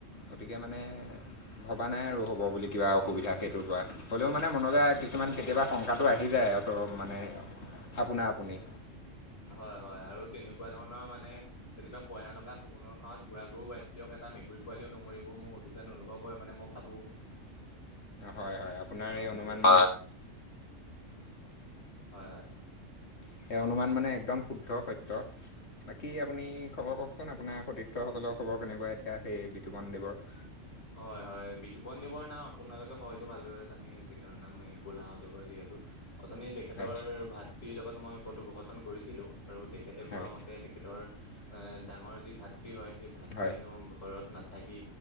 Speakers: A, on the left (about 60°); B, on the left (about 90°).
A: গতিকে মানে ভবা নাই আৰু হ'ব বুলি। কিবা অসুবিধা সেইটোৰ পৰা হ'লেও মানে মনলৈ কিছুমান কেতিয়াবা শংকাটো আহি যায় আৰু। মানে আপোনাৰ আপুনি।
B: হয় হয় আৰু তেনেকুৱা ধৰণৰ মানে তেনেকুৱা পয়া লগা সগুনৰ সাৱত বুঢ়া গৰু বাদ্য। এটা মেকুৰী পোৱালিও নমৰিব মোৰ সটো যেন অনুভৱ হয় মানে মই ভাবো।
A: হয় হয় আপোনাৰ
B: হয়
A: এই অনুমান।
B: হয় হয়।
A: সেই অনুমান মানে একদম শুদ্ধ সত্য। বাকী আপুনি খবৰ কওকচোন আপোনাৰ সতীৰ্থসকলৰ খবৰ কেনেকুৱা এতিয়া সেই বিতুপন দেৱৰ।
B: হয় হয় বিতুপন দেৱৰ নাম আপোনালোকে হয়তো ভালদৰে জানি যে কেনৰ নাম হেৰি। কোলা অজগৰ যিহেতু। অথনি তেখেতৰ
A: হয়
B: ভাতৃৰ লগত মই কথোপকথন কৰিছিলোঁ আৰু তেখেতে কোৱা
A: হয়
B: মতে তেখেতৰ। এ ডাঙৰ যি ভাতৃ হয় সেই ভাতৃ
A: হয়
B: হেনো ঘৰত নাথাকি